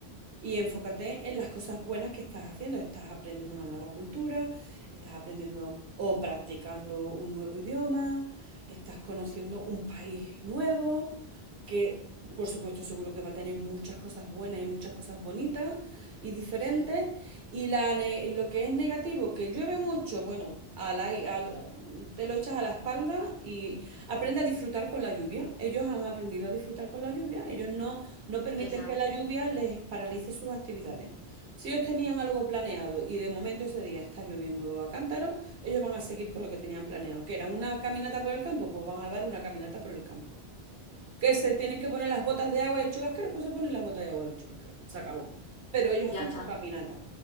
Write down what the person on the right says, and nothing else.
Y enfócate en las cosas buenas que estás haciendo. Estás aprendiendo una nueva cultura, estás aprendiendo o practicando un nuevo idioma, estás conociendo un país nuevo, que por supuesto seguro que va a tener muchas cosas buenas y muchas cosas bonitas y diferentes.
Y, la ne- y lo que es negativo, que llueve mucho, bueno, ala y ala, te lo echas a la espalda y aprende a disfrutar con la lluvia. Ellos han aprendido a disfrutar con la lluvia. Ellos no, no permiten
que la lluvia les paralice sus actividades. Si ellos tenían algo planeado y de momento ese día está lloviendo a cántaros, ellos van a seguir con lo que tenían planeado, que era una caminata por el campo, pues van a dar una caminata por el campo. Que se tienen que poner las botas de agua del chubasquero, pues se ponen las botas de agua del chubasquero. Se acabó. Pero ellos
hacen
su caminata.